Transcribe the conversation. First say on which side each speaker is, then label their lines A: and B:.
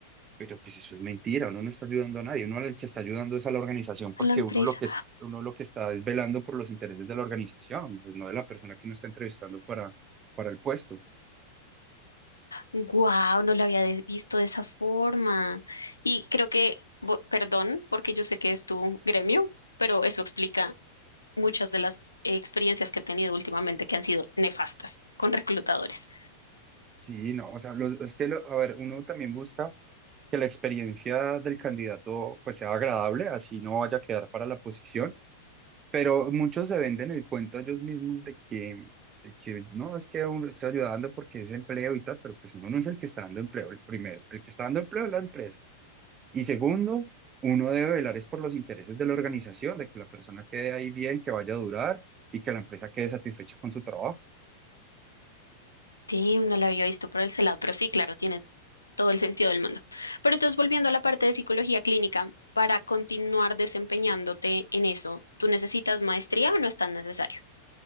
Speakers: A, on the right; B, on the left.
A: pero pues eso es mentira, uno no está ayudando a nadie, uno al que está ayudando es a la organización porque
B: A la empresa.
A: uno lo que, es- uno lo que está es velando por los intereses de la organización, pues no de la persona que uno está entrevistando para, para el puesto.
B: Wow, no lo había de- visto de esa forma. Y creo que, bo- perdón, porque yo sé que es tu gremio, pero eso explica muchas de las eh, experiencias que he tenido últimamente que han sido nefastas con reclutadores.
A: Sí, no, o sea, los- es que, lo- a ver, uno también busca que la experiencia del candidato pues sea agradable, así no vaya a quedar para la posición, pero muchos se venden el cuento ellos mismos de que, de que no, es que uno está ayudando porque es empleo y tal, pero pues uno no es el que está dando empleo, el primero, el que está dando empleo es la empresa. Y segundo, uno debe velar es por los intereses de la organización, de que la persona quede ahí bien, que vaya a durar y que la empresa quede satisfecha con su trabajo.
B: Sí, no la había visto por ese lado, pero sí, claro, tiene todo el sentido del mundo. Pero entonces, volviendo a la parte de psicología clínica, para continuar desempeñándote en eso, ¿tú necesitas maestría o no es tan necesario?